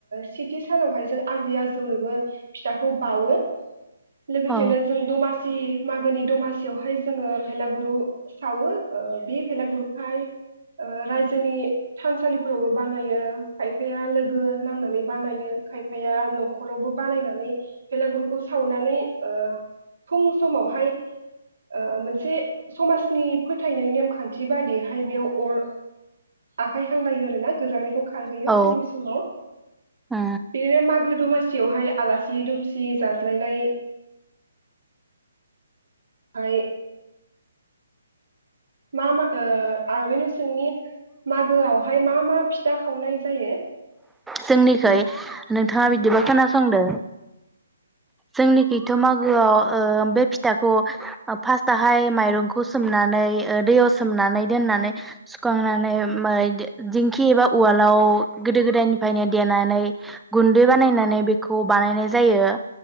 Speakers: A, on the right; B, in the centre.
A: सेथि सानावहाय जों आजै आजौनोबो फिथा खौ बावयो। लोगोसेनो
B: औ
A: जों दमास जि मागोनि दमासियावहाय जोङो भेलागुरु सावो बे ओ भेलागुरुहाय ओ रायजोनि थानसालिफोरावबो बानायो खायफाया लोगो नांनानै बानायो खायफाया न'खरावबो बानायनानै भेला गुरु खौ सावनानै ओ फुं समावहाय। ओ मोनसे समाजनि फोथायनाय नेमखान्थि बादियैहाय बेयाव अर आखाइ हांलायो आरो ना गोजांनायखौ खारहैयो
B: औ
A: फुंनि समाव
B: उम
A: बिदिनो मागो दमासि जवहाय आलासि दसि दुमसि जाज्लायनाय ओमाय मा मा ओ आरबनाव सोंनि मागोआवहाय मा मा फिथा खावनाय जायो।
B: जोंनिखै नोंथाङा बिदिबा खोनासंदो जोंनिखैथ' मागोआव ओ बे फिथाखौ फार्स्टआवहाय माइरंखौ सोमनानै दैयाव सोमनानै दोननानै सुखांनानै दिंखि एबा उवालाव गोदो गोदायनिफ्रायनो देनानै गुन्दै बानायनानै बेखौ बानायनाय जायो